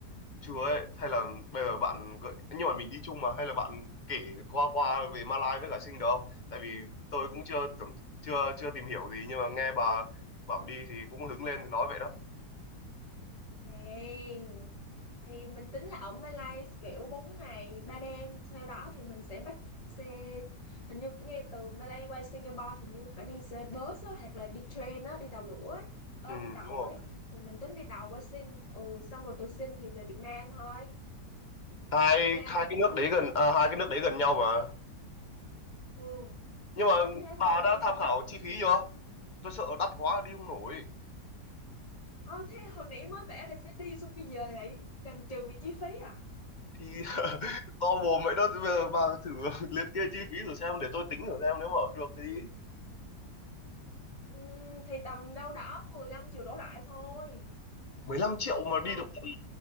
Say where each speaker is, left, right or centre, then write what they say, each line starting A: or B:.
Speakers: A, on the left (about 35°); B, on the left (about 20°).
A: chừa ấy hay là bây giờ bạn gợi nhưng mà mình đi chung mà hay là bạn kể qua qua về Malaysia với cả Sing được không tại vì tôi cũng chưa tưởng chưa chưa tìm hiểu gì nhưng mà nghe bà bảo đi thì cũng hứng lên thì nói vậy đó
B: Hey. thì mình tính là ở Malaysia kiểu 4 ngày 3 đêm sau đó thì mình sẽ bắt xe hình như nghe từ Malaysia qua Singapore thì như phải đi xe bus á, hoặc là đi train á, đi tàu lửa ấy. Ờ,
A: Ừ,
B: đi tàu
A: đúng rồi.
B: ấy thì mình tính đi tàu qua Sing ừ, xong rồi từ Sing thì về Việt Nam thôi
A: Hai
B: ok không
A: hai cái nước đấy gần à, hai cái nước đấy gần nhau mà.
B: ừ
A: Nhưng
B: thế
A: mà
B: tính thế
A: bà
B: thôi
A: đã tham
B: Chứ-
A: khảo chi phí
B: Ừ.
A: chưa? Tôi sợ đắt quá đi không nổi.
B: ờ, thế hồi nãy mới bảo là sẽ đi xong bây giờ lại chần chừ về chi phí à
A: Thì <laughs> to mồm vậy đó, bây giờ bà thử <laughs> liệt kê chi phí thử xem để tôi tính thử xem nếu mà được thì đi.
B: Ừm, thì tầm đâu đó 15 triệu đổ lại thôi
A: mười lăm triệu mà
B: được
A: đi
B: không
A: được tận